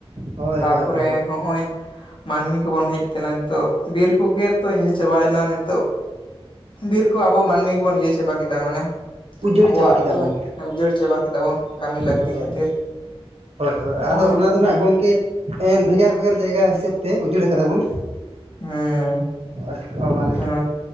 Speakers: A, on the right (about 75°); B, on the left (about 55°).
A: ᱦᱳᱭ
B: ᱛᱟᱯᱚᱨᱮ
A: ᱦᱳᱭ ᱦᱳᱭ
B: ᱦᱚᱜ-ᱚᱭ᱾ ᱢᱟᱹᱱᱢᱤ ᱠᱚᱵᱚᱱ ᱦᱮᱡ ᱠᱟᱱᱟ ᱱᱤᱛᱚᱜ, ᱵᱤᱨ ᱠᱚᱜᱮ ᱛᱚ ᱤᱭᱟᱹ ᱪᱟᱵᱟᱭᱮᱱᱟ ᱱᱤᱛᱚᱜ᱾ ᱵᱤᱨ ᱠᱚ ᱟᱵᱚ ᱢᱟᱹᱱᱢᱤ ᱜᱮᱵᱚᱱ ᱤᱭᱟᱹ ᱪᱟᱵᱟ ᱠᱮᱫᱟ ᱢᱮᱱᱮ
A: ᱩᱡᱟᱹᱲ
B: ᱟᱵᱚᱣᱟᱜ
A: ᱪᱟᱵᱟ ᱠᱮᱫᱟ ᱵᱚᱱ
B: ᱞᱟ ᱩᱡᱟᱹᱲ ᱪᱟᱵᱟ ᱠᱮᱫᱟ ᱵᱚᱱ᱾ ᱠᱟᱹᱢᱤ ᱞᱟᱹᱠᱛᱤ
A: ᱦᱳᱭ
B: ᱠᱷᱟᱹᱛᱤᱨ
A: ᱦᱳᱭ ᱦᱳᱭ
B: ᱦᱚᱜ-ᱚᱭ
A: ᱟᱫᱚ ᱚᱱᱟ ᱫᱚ ᱱᱟᱜ
B: ᱦᱮᱸ᱾
A: <unintelligible> ᱵᱷᱮᱜᱟᱨ ᱵᱷᱮᱜᱟᱨ ᱡᱟᱭᱜᱟ ᱦᱤᱥᱟᱹᱵ ᱛᱮ ᱩᱡᱟᱹᱲ ᱠᱟᱫᱟ ᱵᱚᱱ᱾
B: ᱦᱮᱸ
A: ᱟᱪᱪᱷᱟ ᱢᱟ ᱞᱟᱹᱭ
B: ᱦᱮᱸ
A: ᱵᱮᱱ?